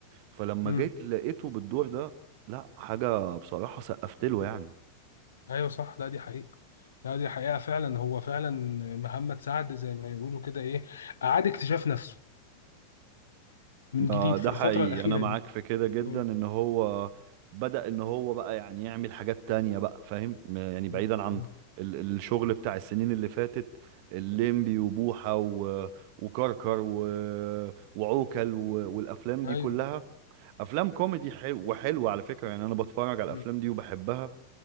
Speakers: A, on the right (about 45°); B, on the left (about 70°).
A: فلما
B: امم
A: جيت لقيته بالدور ده لا حاجه بصراحه سقفت له يعني
B: ايوه صح لا دي حقيقه لا دي حقيقه فعلا هو فعلا محمد سعد زي ما يقولوا كده ايه اعاد اكتشاف نفسه من جديد
A: آه، ده
B: في الفتره
A: حقيقي
B: الاخيره
A: انا معاك
B: دي
A: في كده جدا
B: مم.
A: ان هو بدأ ان هو بقى يعني يعمل حاجات تانية بقى فاهم م- يعني
B: مم.
A: بعيدا عن
B: مم.
A: ال- الشغل بتاع السنين اللي فاتت الليمبي وبوحة و... وكركر و... وعوكل و... والافلام
B: ايوه
A: دي كلها افلام كوميدي حلو وحلوة على فكرة يعني انا بتفرج على
B: مم.
A: الافلام دي وبحبها